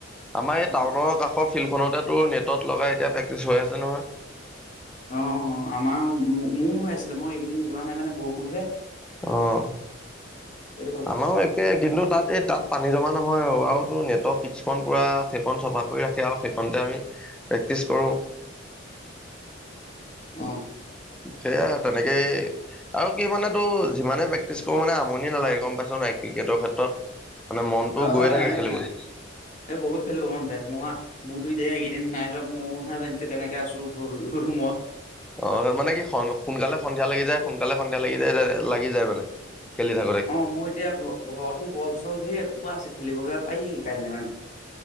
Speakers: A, in the centre; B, on the left.
A: আমাৰ এই
B: অ
A: টাউনৰ কাষৰ ফিল্ড ফোনতে তোৰ নেটত লগাই এতিয়া প্ৰেক্টিচ হৈ আছে নহয়।
B: অ', অ, আমাৰ মোৰ হৈ আছিলে মই এইকেইদিন যোৱা নাই মানে বৰষুণ যে।
A: অ',
B: সেইটো কথা
A: আমাৰো একে কিন্তু তাত এই তাত পানী জমা নহয় আৰু আৰু ত' নেটৰ <unintelligible> পুৰা সেইখন চফা কৰি ৰাখে। <unintelligible> সেইখনতে আমি, প্ৰেক্টিছ কৰোঁ।
B: অ
A: সেয়া এটা <unintelligible> এহ, আৰু কি মানে তো যিমানে প্ৰেক্টিচ কৰো মানে আমনি <unintelligible> পাছোঁ নাই ক্ৰিকেটৰ ক্ষেত্ৰত। মানে মনটো
B: অ',
A: গৈয়ে
B: হয় <unintelligible>
A: থাকে খেলিবলৈ।
B: এই বহুত খেলিব মন যায় মোৰ হা, দে এইকেইদিন নাই যোৱা <unintelligible> কেনেকে আছো ঘ ৰুমত
A: অ মানে কি সোনকালে সন্ধিয়া লাগি যায় সোনকালে সন্ধিয়া লাগি যায় লাগি যায় মানে খেলি থাকোঁতে
B: অ মই এতিয়া ঘ ঘৰতো বল চল ঢেৰ ক আছে খেলিিবকা পকি কাইলৈ মানে